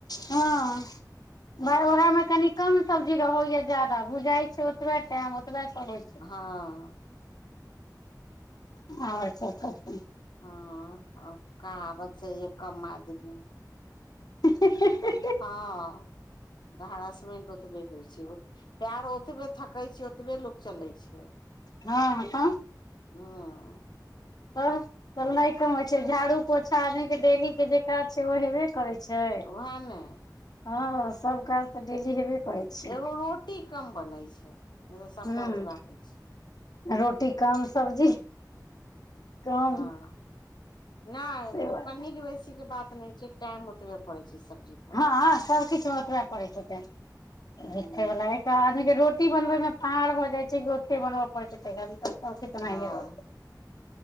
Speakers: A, on the left; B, on the left.
A: हँ
B: ह
A: भाय ओएह मे कनि कम सब्जी रहै या ज्यादा बुझाय छै ओतबे टाइम ओतबे समय
B: हाँ
A: ह और सब कहिओ
B: हाँ कहावत छै ये कम आदमी
A: <unintelligible>
B: हाँ हरासमेंट ओतबे होइ छै पैर ओतबे थकै छै ओतबे लोक चलै छै
A: हाँ तब
B: हाँ
A: तऽ चल नहि कमइ छै झाड़ू पोछा आदमी के डेली के जे काज छै ओ हेबे करै छै छै
B: उएह ने
A: हँ सब काज तऽ डेली हेबे करै छै
B: एगो रोटी कम बनै छै तऽ सबटा
A: हूं
B: ओतबा होइ छै
A: रोटी कम सब्जी कम
B: हँ नहि
A: से
B: ओ
A: बात
B: कनिक बेसी के बात नहि छै टाइम ओतबे पड़ै छै सब्जी पर
A: हाँ सब किछु मे ओतबे पड़ै छथिन मठे
B: ह
A: वला एक आद रोटी बनबय मे पहाड़ भऽ जाइ छै रते बनबय पड़ै छै तन तऽ सब किछ ओताहिये
B: हँ
A: रहे छै